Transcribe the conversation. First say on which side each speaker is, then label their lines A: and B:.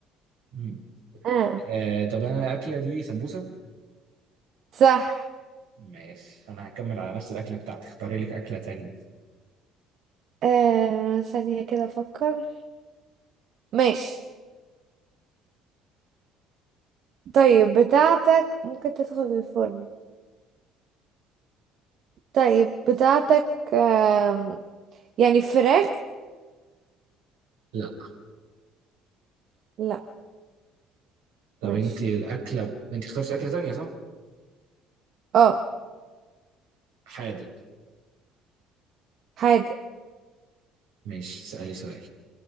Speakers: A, on the right (about 80°); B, on the right (about 60°).
A: مم.
B: اه
A: آه طب انا الأكلة دي سمبوسك
B: صح
A: ماشي انا هكمل على نفس الأكلة بتاعتي اختاري لك أكلة تانية
B: آه... ثانية كده افكر ماشي طيب بتاعتك ممكن تدخل الفرن طيب بتاعتك آم، يعني فراخ
A: لا
B: لا
A: طب
B: ماشي
A: انت الأكلة انت اخترتي أكلة تانية صح
B: اه
A: حادق
B: حادق
A: ماشي اسألي سؤال